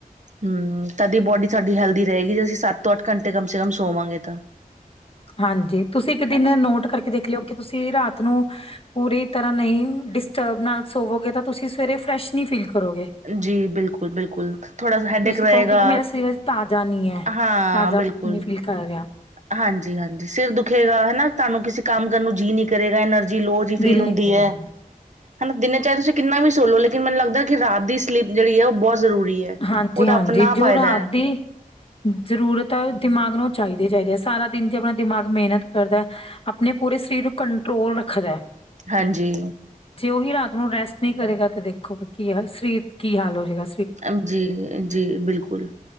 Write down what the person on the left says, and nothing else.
ਹਾਂਜੀ, ਤੁਸੀਂ ਇੱਕ ਦਿਨ
ਨੋਟ ਕਰਕੇ ਦੇਖ ਲਿਓ, ਕਿ ਤੁਸੀਂ ਰਾਤ ਨੂੰ ਅ ਪੂਰੀ ਤਰ੍ਹਾਂ ਨਹੀਂ ਡਿਸਟਰਬ ਨਾਲ ਸੋਵੋਗੇ, ਤਾਂ ਤੁਸੀਂ ਸਵੇਰੇ ਫਰੈਸ਼ ਨੀ ਫੀਲ ਕਰੋਗੇ।
ਤੁਸੀਂ
ਕਹੋਗੇ, ਕਿ ਮੇਰਾ ਸਰੀਰ ਤਾਜ਼ਾ ਨੀ ਹੈ,
ਤਾਜ਼ਾ
ਨੀ ਫੀਲ ਕਰ ਰਿਹਾ।
ਦਿਲ
ਨੀ ਕਰੇਗਾ
ਹਾਂਜੀ,
ਹਾਂਜੀ
ਜੋ
ਰਾਤ
ਦੀ ਜ਼ਰੂਰਤ ਦਿਮਾਗ ਨੂੰ ਚਾਹੀਦੇ ਹੀ ਚਾਹੀਦੇ। ਸਾਰਾ ਦਿਨ ਜਿਵੇਂ ਦਿਮਾਗ ਮਿਹਨਤ ਕਰਦਾ ਏ। ਆਪਣੇ ਪੂਰੇ ਸਰੀਰ ਨੂੰ ਕੰਟਰੋਲ ਰੱਖਦਾ ਐ
ਜੇ ਉਹੀ ਰਾਤ ਨੂੰ ਰੈਸਟ ਨਹੀਂ ਕਰੇਗਾ ਤੇ ਦੇਖੋ ਵੀ ਕੀ ਹ ਸਰੀਰ ਕੀ ਹਾਲ ਹੋਵੇਗਾ।